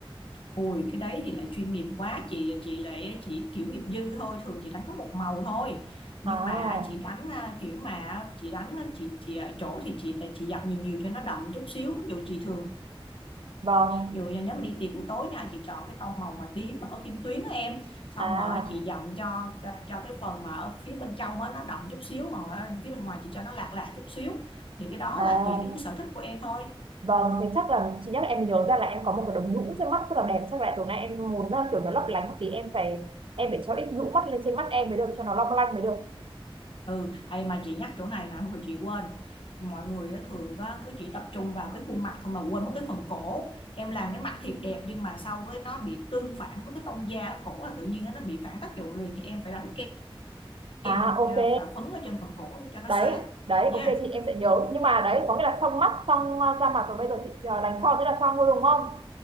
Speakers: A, on the left; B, on the right.
A: Ui cái đấy thì lại chuyên nghiệp quá, chị chị lại chỉ kiểu nghiệp dư thôi, thường chị đánh có một màu thôi. Nhưng
B: à
A: mà chị đánh à, kiểu mà chị đánh á, chị chị ở chỗ thì chị chị dập nhiều nhiều cho nó đậm chút xíu. Dù chị thường
B: vâng
A: dù là nếu mà đi tiệc buổi tối nha chị chọn cái tông màu mà tím mà có kim tuyến á em xong
B: à
A: rồi chị dặm cho cho cái phần mà ở phía bên trong á nó đậm chút xíu còn ở phía bên ngoài chị cho nó lạc lạc chút xíu thì cái đó
B: à
A: là tùy cái, cái sở thích của em thôi
B: vâng thế chắc là chị nhắc em mới nhớ ra là em có một cái đống nhũ trên mắt rất là đẹp chắc là tối nay em muốn uh, kiểu nó lấp lánh một tí em phải em phải cho ít nhũ mắt lên trên mắt em mới được cho nó long lanh mới được
A: ừ ai mà chị nhắc chỗ này là thôi chị quên mọi người á, thường á, cứ chỉ tập trung vào cái khuôn mặt thôi mà quên mất cái phần cổ em làm cái mặt thiệt đẹp nhưng mà sau với nó bị tương phản với cái tông da ở cổ là tự nhiên á, nó bị phản tác dụng liền thì em phải đánh kem kem
B: à ok
A: và phấn ở trên phần cổ để cho nó
B: đấy
A: sáng
B: đấy
A: nha
B: ok chị em sẽ nhớ nhưng mà đấy có nghĩa là xong mắt xong à, da mặt rồi bây giờ chị à, đánh son thế là xong luôn đúng không